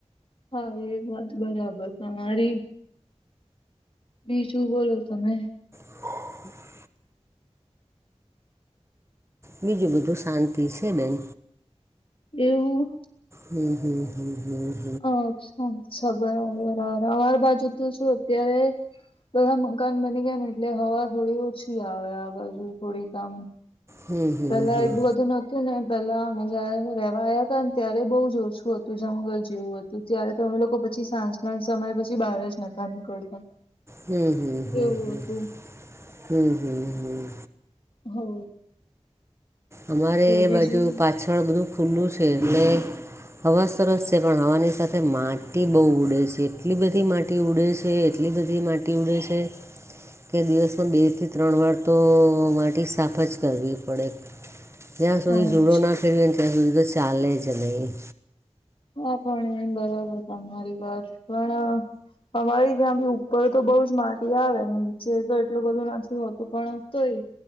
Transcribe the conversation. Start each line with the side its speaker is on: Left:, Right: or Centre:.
Left: હા એ વાત બરાબર તમારી. બીજું બોલો તમે
Right: <inaudible> બીજું બધું શાંતિ છે બેન.
Left: એવું.
Right: હમ્મ હમ્મ હમ્મ હમ્મ
Left: અચ્છા સબ બરાબર અમાર બાજુ તો શું અત્યારે બધા મકાન બની ગયા ને, એટલે હવા થોડી ઓછી આવે, આ બાજુ થોડીક આમ
Right: હમ
Left: પેલા
Right: હમ
Left: એટલું બધું નતુંને, પેલા અમે જયારે રેવા આયાતા હતા ને ત્યારે બહુ જોર છુ હતું, જંગલ જેવું હતું. તો ત્યારે તો અમે લોકો પછી, સાંજના સમય પછી બહાર જ નતા નીકળતા.
Right: હમ્મ હમ્મ હમ્મ
Left: એવું
Right: હમ્મ,
Left: હતું
Right: હમ્મ હમ્મ હમ્મ
Left: હો
Right: અમારે એ
Left: બીજું
Right: બાજુ પાછળ બધું ખુલ્લું છે, એટલે હવા સરસ છે, પણ હવાની સાથે માટી બહુ ઉડે છે, એટલી બધી માટ ટી ઉડે છે, એટલી બધી માટી ઉડે છે. કે દિવસમાં બેથી ત્રણ વાર તો અ માટી સાફજ કરવી પડે. જ્યાં સુધી
Left: હા
Right: જુડોના ફેરવીને ત્યાં સુધી તો ચાલે જ નહીં.
Left: હા પણ એ બરાબર તમારી વાત, પણ અમારે ત્યાંબી ઉપર તો બઉજ માટી આવે, નીચે તો એટલું બધું નથી હોતું, પણ તોય